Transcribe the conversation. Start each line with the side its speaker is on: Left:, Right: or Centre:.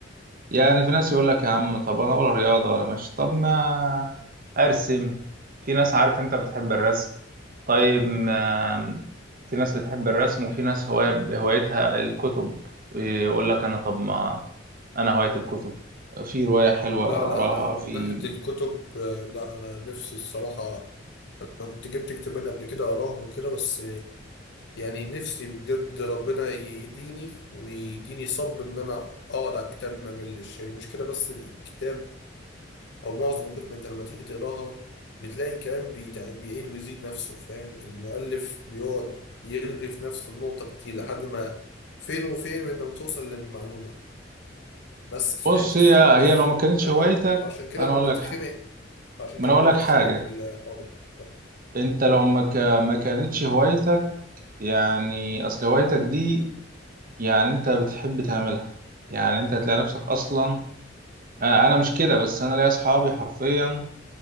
Right: يعني في ناس يقول لك يا عم طب انا ولا رياضه ولا ماشي طب ما ارسم في ناس عارف انت بتحب الرسم طيب ما في ناس بتحب الرسم وفي ناس هواية هوايتها الكتب يقول لك انا طب ما انا هوايتي الكتب في روايه حلوه
Left: لا
Right: اقراها
Left: لا انا من
Right: في
Left: ناحية الكتب آه، لا انا نفسي الصراحة انا كنت جبت كتابين قبل كده اقراهم وكده بس آه، يعني نفسي بجد ربنا يهديني ويديني صبر ان انا اقعد على الكتاب ما ملش المشكلة بس الكتاب او معظم الكتب انت لما تيجي تقراها بتلاقي الكلام بيتع... بيعيد ويزيد نفسه فاهم المؤلف بيقعد يرغي في نفس النقطة كتير لحد ما فين وفين من لما توصل للمعلومة بس فهذه
Right: بص
Left: الفكرة
Right: هي
Left: بس
Right: هي لو ما كانتش
Left: انا
Right: هوايتك
Left: عشان كده
Right: انا
Left: انا
Right: اقول
Left: بتخنق
Right: لك ح...
Left: عشان
Right: ما
Left: كده
Right: انا اقول
Left: انا
Right: لك
Left: بتخنق
Right: حاجه
Left: من الحوار ده
Right: انت لو ما ك... ما كانتش هوايتك يعني اصل هوايتك دي يعني انت بتحب تعملها يعني انت هتلاقي نفسك اصلا انا أنا مش كده بس انا ليا اصحابي حرفيا